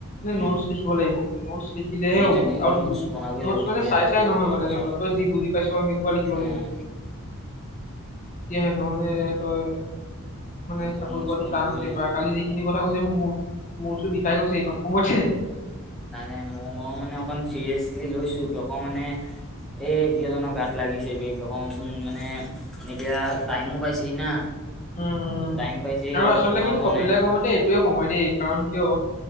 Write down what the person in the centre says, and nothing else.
উম
সেইটোৱে
নিজৰ
নোটছ বনাবই
লাগিব তেতিয়া
হ'ব
দে এইটো
সঁচা
কথা
উম
নিজৰ
নোটছ
বনাবই
লাগিব
নাই নাই মই বাৰু মানে অকণ চিৰিয়াছলি লৈছোঁ। কিয় ক মানে এই কেইজনৰ গাত লাগিছে বিক অক মানে এতিয়া টাইমো পাইছেহি না।
টাইম পাইছেহি
লগত
পঢ়া
হোৱা
নাই